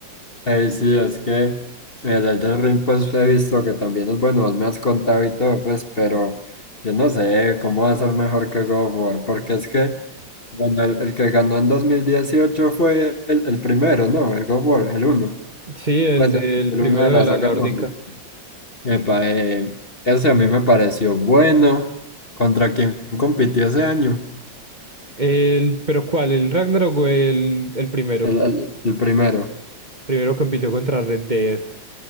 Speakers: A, on the left; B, on the right.
A: Ey, sí, es que el Elden Ring, pues he visto que también es bueno, vos me has contado y todo, pues, pero yo no sé cómo va a ser mejor que God of War, porque es que, bueno, el, el que ganó en 2018 fue el, el primero, ¿no? El God of War, el uno,
B: Sí, el
A: pues,
B: del
A: el
B: primero
A: uno de la
B: de la
A: saga
B: nórdica.
A: nórdica. Epa, eh, ese a mí me pareció bueno. ¿Contra quién compitió ese año?
B: El, pero ¿cuál? ¿El Ragnarok o el, el primero?
A: El, el, el primero.
B: Primero compitió contra Red Dead.